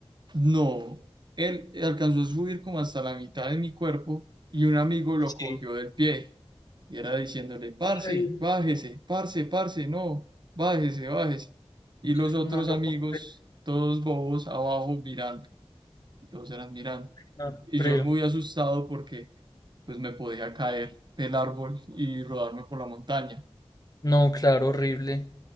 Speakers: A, on the right; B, on the left.
A: No, él alcanzó a subir como hasta la mitad de mi cuerpo y un amigo lo
B: Sí.
A: cogió del pie y era diciéndole, parce,
B: Ay,
A: bájese, parce, parce, no, bájese, bájese. Y los otros
B: no lo
A: amigos,
B: puedo
A: todos bobos, abajo mirando, todos eran mirando.
B: no lo
A: Y
B: creo.
A: yo muy asustado porque pues me podía caer del árbol y rodarme por la montaña.
B: No, claro, horrible.